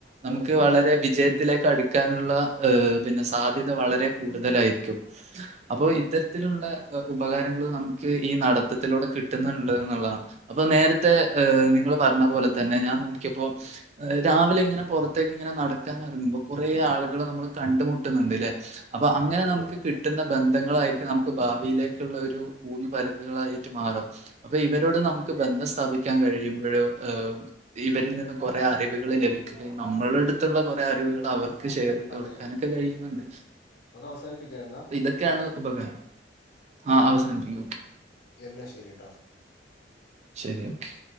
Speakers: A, on the right; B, on the left.
A: നമുക്ക് വളരെ വിജയത്തിലേക്ക് അടുക്കാനുള്ള ഹ പിന്നെ സാധ്യത വളരെ കൂടുതലായിരിക്കും അപ്പൊ ഇത്തരത്തിലുള്ള ഉപകാരങ്ങൾ നമുക്ക് ഈ നടത്തത്തിലൂടെ കിട്ടുന്നുണ്ട് എന്നുള്ളതാണ് അപ്പൊ നേരത്തെ നിങ്ങൾ പറഞ്ഞ പോലെ തന്നെ ഞാൻ നോക്കിയപ്പോ രാവിലെ ഇങ്ങനെ പുറത്തേക്ക് ഇങ്ങനെ നടക്കാൻ ഇറങ്ങുമ്പോ കുറേ ആളുകളെ നമ്മൾ കണ്ടുമുട്ടുന്നുണ്ട്ല്ലേ അപ്പൊ അങ്ങനെ നമുക്ക് കിട്ടുന്ന ബന്ധങ്ങളായിരിക്കും നമുക്ക് ഭാവിയിലേക്കുള്ള ഒരു ഊന്ന് പരക്കുകളായി ട്ട് മാറഅപ്പൊ ഇവരോട് നമുക്ക് ബന്ധം സ്ഥാപിക്കാൻ കഴിയുമ്പോഴ് ഇവരിൽ നിന്ന് കുറെേ അറിവുകൾ ലഭിക്കുകയും നമ്മള അടുത്തുള്ള കുറെ അറിവുകൾ അവർക്ക് ഷെയർ ചെയ്ത്
B: അതെ
A: കൊടുക്കാനൊക്കെ കഴിയുന്നുണ്ട്
B: നമുക്ക് അവസാനിപ്പിക്കാം എന്നാ
A: ഇതൊ ണ് ഉപകാരം ആഹ അവസാനിപ്പിക്ക
B: എന്ന ശരീട്ടോ
A: ശെരി ഓക്കെ